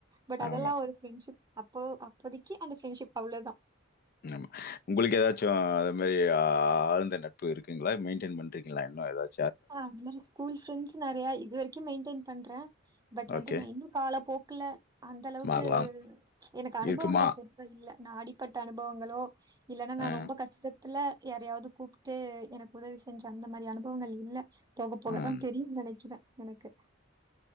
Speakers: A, on the right; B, on the left.
A: பட் அதெல்லா
B: ஆமா,
A: ஒரு ஃப்ரெண்ட்ஷிப் அப்போ அப்போதிக்கி அந்த ஃப்ரெண்ட்ஷிப் அவ்ளோதா
B: ஆமா உங்களுக்கு ஏதாச்சு அத மேரி ஆஹ் ஆழ்ந்த நட்பு இருக்குங்களா மெயின்டைன் பண்ரிங்களா இன்னும் எதாது
A: ஆஹ் அது மேரி ஸ்கூல் ஃப்ரெண்ட்ஸ் நறையா இது வரிக்கு மெயின்டையின் பண்ட்றன் பட் வந்து
B: ஓகே.
A: நா இன்னு கால போக் க்குல அந்தளவுக்கு
B: மாறலாம்.
A: எனக்கு அனுபவங்கள்
B: இருக்குமா?
A: பெருசா இல்ல நா அடிப்பட்ட அனுபவங்களோ இல்லன்னா நா
B: அ,
A: ரொம்ப கஷ்டத் துல யாரையாவுது கூப்ட்டு எனக் உதவி செஞ்ச அந்த மாரி அனுபவங்கள் இல்ல போக போகத்தா
B: ம்.
A: தெரியு நனைக்கிறே எனக்கு